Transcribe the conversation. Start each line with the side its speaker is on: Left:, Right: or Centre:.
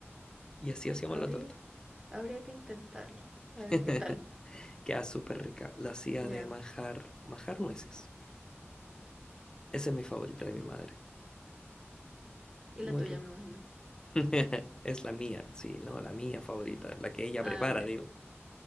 Left: Y así hacíamos
Right: Habría,
Left: la torta.
Right: habría que intentarlo, a
Left: <laughs>
Right: ver qué tal.
Left: Queda súper rica. La hacía
Right: Ya,
Left: de manjar, manjar nueces. Esa es mi favorita
Right: rico.
Left: de mi madre.
Right: Y
Left: Muy
Right: la tuya,
Left: rico.
Right: me imagino.
Left: <laughs> Es la mía, sí, no, la mía favorita, la que ella
Right: Ah,
Left: prepara,
Right: ya.
Left: digo.